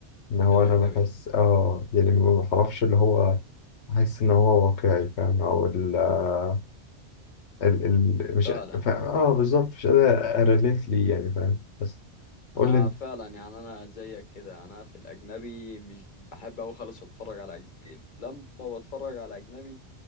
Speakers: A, on the left; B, on the left.
A: إن
B: في
A: هو
B: الأجنبي
A: أنا بحس آه يعني ما بعرفش اللي هو بحس إن هو واقعي فاهم أو ال آه، ال ال مش
B: فعلا
A: فاهم آه بالظبط مش قادر أريليت ليه يعني فاهم بس قول
B: أنا
A: لي أنت
B: فعلا يعني أنا زيك كده أنا في الأجنبي مش بحب أوي خالص أتفرج على أجنبي لما بتفرج على أجنبي